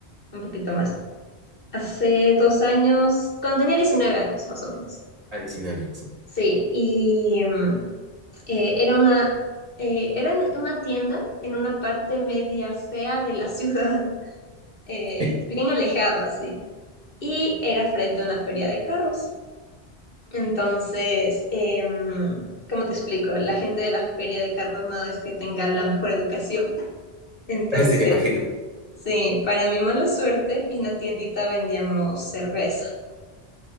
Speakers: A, on the left; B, on the right.
A: un poquito más. Hace dos años, cuando tenía 19 años, más o menos.
B: A 19 años.
A: Sí, y, mm, Eh, era una, eh, era en una tienda en una parte media fea de la ciudad, <laughs> eh,
B: <laughs>
A: bien alejado así, y era frente a una feria de carros. Entonces, em, ¿cómo te explico? La gente de la feria de carros no es que tenga la mejor educación. <laughs> Entonces,
B: Sí, Sí, me imagino.
A: sí, para mi mala suerte, en la tiendita vendíamos cerveza